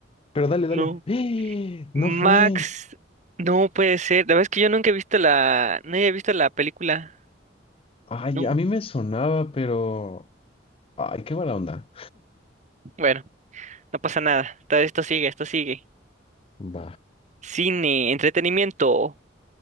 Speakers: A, on the left; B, on the right.
A: Pero dale, dale.
B: No.
A: ¡Eh!
B: Max.
A: No fue.
B: No puede ser. La verdad es que yo nunca he visto la. No he visto la película.
A: Ay,
B: No.
A: a mí me sonaba, pero ay, qué mala onda.
B: Bueno, no pasa nada. Todo esto sigue, esto sigue.
A: Va,
B: Cine, entretenimiento.